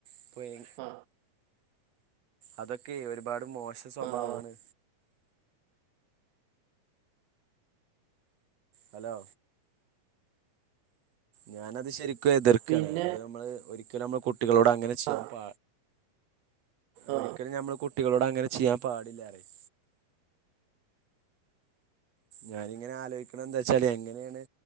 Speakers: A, on the right (about 50°); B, on the right (about 80°).
A: ഇപ്പോനി
B: ആ
A: അതൊക്കെ ഒര്പാട് മോശ സ്വഭാവാണ്
B: ആ ആ.
A: ഹലോ ഞാനത് ശെര്ക്കും എതിർക്കാണ്
B: പിന്നെ
A: അത് നമ്മള് ഒരിക്കലും നമ്മള് കുട്ടികളോട് അങ്ങനെ ചെയ്യാൻ
B: ആ
A: പ
B: ആ
A: ഒരിക്കലും ഞമ്മള് കുട്ടികളോടങ്ങനെ ചെയ്യാൻ പാടില്ലാറ്യും ഞാനിങ്ങനെ ആലോയ്ക്കണന്തെച്ചാലെങ്ങെനെ നെ